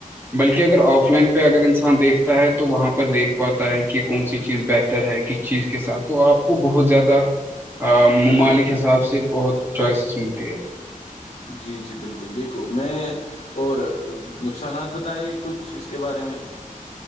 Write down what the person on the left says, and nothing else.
بالکل
بالکل
جی جی بالکل دیکھو میں اور نقصانات بتائے کچھ اس کے بارے میں